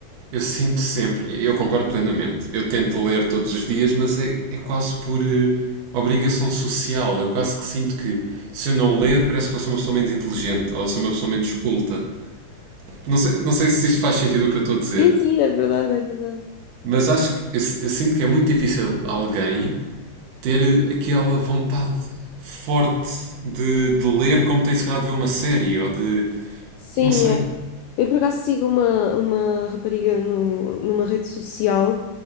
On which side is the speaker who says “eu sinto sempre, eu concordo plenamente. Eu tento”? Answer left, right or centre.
Right